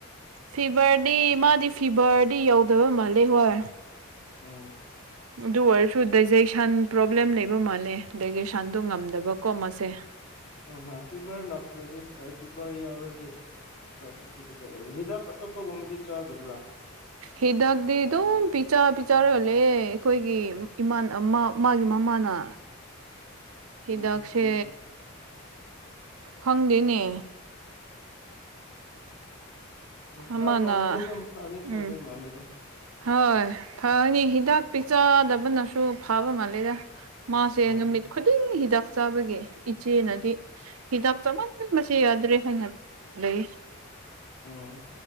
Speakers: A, on the right; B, on the left.
A: ꯐꯤꯚꯔꯗꯤ ꯃꯥꯗꯤ ꯐꯤꯚꯔꯗꯤ ꯌꯧꯗꯕ ꯃꯥꯜꯂꯦ ꯍꯣꯏ
B: ꯎꯝ
A: ꯑꯗꯨ ꯑꯣꯏꯔꯁꯨ ꯗꯥꯏꯖꯦꯁꯟ ꯄ꯭ꯔꯣꯕ꯭ꯂꯦꯝ ꯂꯩꯕ ꯃꯥꯜꯂꯦ ꯗꯥꯏꯖꯦꯁꯟꯗꯣ ꯉꯝꯗꯕꯀꯣ ꯁꯦ
B: ꯑꯣꯏ ꯍꯣꯏ ꯐꯤꯚꯔ ꯂꯥꯛꯇ꯭ꯔꯗꯤ ꯐꯔꯦ ꯐꯤꯚꯔ ꯌꯥꯎꯔꯗꯤ ꯈ ꯀꯝꯄꯂꯤꯀꯦꯇꯦꯠ ꯑꯣꯏꯕ꯭ꯔꯥ ꯍꯤꯗꯥꯛ ꯑꯇꯣꯞꯄꯒꯨꯝꯕꯗꯤ ꯆꯥꯗꯕ꯭ꯔꯥ
A: ꯍꯤꯗꯥꯛꯗꯤꯤ ꯑꯗꯨꯝ ꯄꯤꯆꯥ ꯄꯤꯆꯥꯔꯒꯂꯦ ꯑꯩꯈꯣꯏꯒꯤ ꯏꯃꯥ ꯃꯥꯒꯤ ꯃꯃꯥ ꯑꯅ
B: <unintelligible>
A: ꯍꯤꯗꯥꯛꯁꯦ
B: ꯀꯩ ꯍꯤꯗꯥꯛ ꯄꯤꯕꯖꯥꯠꯔꯥ
A: ꯈꯪꯗꯦꯅꯦ
B: ꯎꯝ ꯐꯔ
A: ꯑꯃꯅ
B: ꯐꯔꯗꯤ ꯑꯗꯨꯝ ꯐꯗꯤ ꯐꯥꯗꯣꯏ
A: ꯎꯝ
B: ꯃꯥꯜꯂꯦꯗ
A: ꯍꯣꯏ ꯐꯅꯤ ꯍꯤꯗꯥꯛ ꯄꯤꯖꯗꯕ ꯅꯁꯨ ꯐꯥꯕ ꯃꯥꯜꯂꯦꯗ ꯃꯥꯁꯦ
B: ꯎꯝ
A: ꯅꯨꯃꯤꯠ ꯈꯨꯗꯤꯡꯒꯤ ꯍꯤꯗꯛ ꯆꯥꯛ ꯆꯥꯕꯒꯤ ꯏꯆꯦꯅꯗꯤ ꯍꯤꯗꯥꯛ ꯆꯥꯃꯟꯕꯁ ꯌꯥꯗ꯭ꯔꯦ ꯍꯥꯏꯅꯦ ꯂꯩ
B: ꯎꯝ